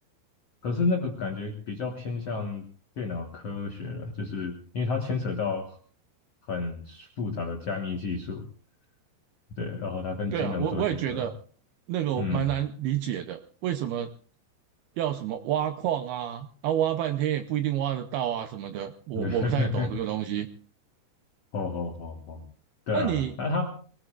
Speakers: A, on the left; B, on the right.
A: 可是那个感觉比较偏向电脑科学了，就是因为它牵扯到很复杂的加密技术，对，然后它跟金融做结合，
B: 对啊，我我也觉得那个我蛮难理解的，
A: 嗯，
B: 为什么要什么挖矿啊，然后挖半天也不一定挖得到啊什么的，我我不太懂这个东西。
A: <laughs> 哦哦哦哦，对啊，
B: 那你，
A: 那他，